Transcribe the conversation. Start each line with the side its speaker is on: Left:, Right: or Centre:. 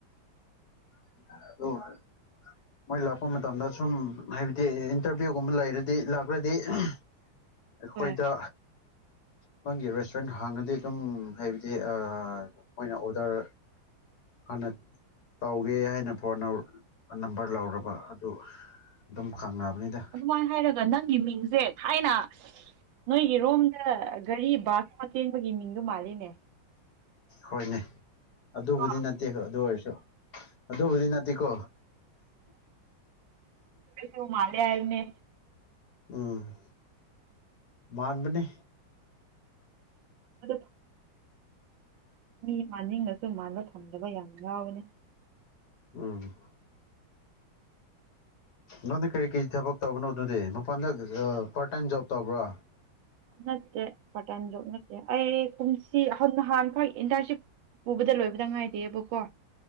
Left: ꯍ ꯍ ꯃꯣꯏ ꯂꯥꯛꯄ ꯃꯇꯝꯗ ꯁꯨꯝ ꯍꯥꯏꯕꯗꯤ ꯏꯟꯇꯔꯚꯤꯌꯨꯒꯨꯝꯕ ꯂꯩꯔꯗꯤ ꯂꯥꯛꯈ꯭ꯔꯗꯤ ꯑꯩꯈꯣꯏꯗ
Right: ꯍꯣꯏ
Left: ꯅꯪꯒꯤ ꯔꯦꯁꯇꯨꯔꯦꯟ ꯍꯥꯡꯉꯗꯤ ꯑꯗꯨꯝ ꯍꯥꯏꯕꯗꯤ ꯃꯣꯏꯅ ꯑꯣꯗꯔ ꯍꯅ ꯇꯧꯦ ꯍꯥꯏꯅ ꯐꯣꯟ ꯅꯝꯕꯔ ꯂꯧꯔꯕ ꯑꯗꯨ ꯑꯗꯨꯝ ꯈꯪꯅꯕꯅꯤꯗ
Right: ꯑꯗꯨꯃꯥꯏꯅ ꯍꯥꯏꯔꯒ ꯅꯪꯒꯤ ꯃꯤꯡꯁꯦ ꯊꯥꯏꯅ ꯅꯣꯏꯒꯤꯔꯣꯝꯗ ꯒꯥꯔꯤ ꯕꯥꯁꯀꯣꯇꯦꯟꯕꯒꯤ ꯃꯤꯡꯗꯣ ꯃꯥꯜꯂꯤꯅꯦ
Left: ꯍꯣꯏꯅꯦ ꯑꯗꯨꯕꯨꯗꯤ
Right: ꯀꯣ
Left: ꯅꯠꯇꯦ ꯑꯗꯨ ꯑꯣꯏꯔꯁꯨ ꯑꯗꯨꯕꯨꯗꯤ ꯅꯠꯇꯦꯀꯣ
Right: ꯎꯨ ꯃꯥꯂꯦ ꯍꯥꯏꯅꯦ
Left: ꯎꯝ ꯃꯥꯕꯅꯦ
Right: ꯑꯗꯨ ꯃꯤ ꯃꯅꯤꯡꯅꯁꯨ ꯃꯥꯟꯕ ꯐꯝꯗꯕ ꯌꯥꯝ ꯌꯥꯎꯋꯦꯅꯤ
Left: ꯎꯝ ꯅꯪꯅ ꯀꯔꯤ ꯀꯔꯤ ꯊꯕꯛ ꯇꯧꯕꯅꯣ ꯑꯗꯨꯗꯤ ꯃꯄꯥꯟꯗ ꯄꯥꯔꯠ ꯇꯥꯏꯝ ꯖꯣꯕ ꯇꯧꯕ꯭ꯔꯥ
Right: ꯅꯠꯇꯦ ꯄꯇꯥꯟꯗ ꯅꯠꯇꯦ ꯑꯩ ꯀꯨꯝꯁꯤꯍ ꯅꯍꯥꯟ ꯐꯥꯎ ꯏꯟꯇꯔꯟꯁꯤꯞ ꯄꯨꯕꯗ ꯂꯣꯏꯕꯗ ꯉꯥꯏꯔꯤꯕꯀꯣ